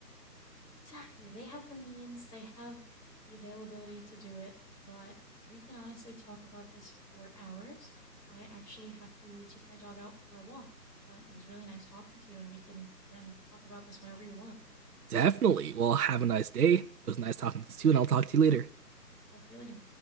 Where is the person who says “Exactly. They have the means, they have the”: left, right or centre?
Left